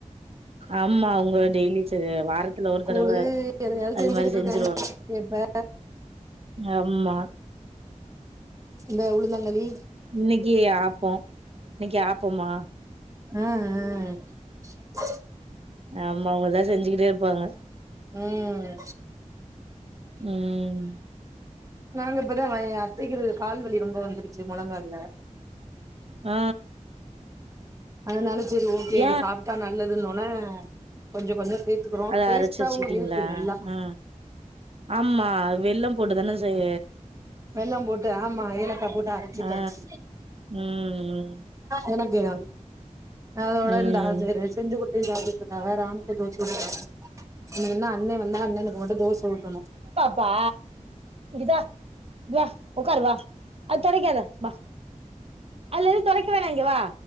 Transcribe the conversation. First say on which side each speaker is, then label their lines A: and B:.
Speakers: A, on the right (about 50°); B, on the right (about 25°).
A: ஆமா அவங்க டெய்லி ச வார துல ஒரு
B: கூழு
A: தடவ
B: எதையாவது
A: அது
B: செஞ்சுகிட்டு
A: மாரி செஞ்சிருவாங்க
B: இருக்காங்க இப்ப
A: ஆம்மா
B: இந்த உளுந்தங்கலி
A: இன்னிக்கி ஆப்போ இன்னைக்கு ஆப்போமா
B: அஅ
A: ஆமா அவுங்கதா செஞ்சுகிட்டே இருப்பாங்க
B: ம்
A: ம்
B: நாங்க இப்பதா வை அத்தைக்கிருந்த கால்வலி ரொம்ப வந்துருச்சு மொழங்கல்ல
A: ஆ
B: அதனால சரி ஓகே
A: ஏ
B: இத சாப்ட்டா நல்லதுன்னோனே கொஞ்சோ கொஞ்சொ சேத் துக்குறோ
A: அத
B: டேஸ்ட்டாவு
A: அரச்சு வச்சுக்கிட்டீங்களா
B: இருக்கு நல்லா
A: ஆ ஆமா வெல்லம் போட்டுதான செய
B: வெல்லம் போட்டு ஆமா ஏலக்கா போட்டு அரைச்சிட்டாச்சு
A: ஆ ம்
B: என்ன கீர அதோட
A: ம்
B: இந்த ஆஜை ரைஸ் செஞ்சி குடுத்தே சாப்டுகிட்டு இருக்காக ராம்கு தோச சுட்டு குடுத்தே இன்னு அண்ணே வந்தா அண்ணனுக்கு மட்டு தோச ஊத்தணு
A: வா இதா வா உக்கார் வா அது தோடைக்கேதா வா அல்லது தொடக்க வேணங்கே வா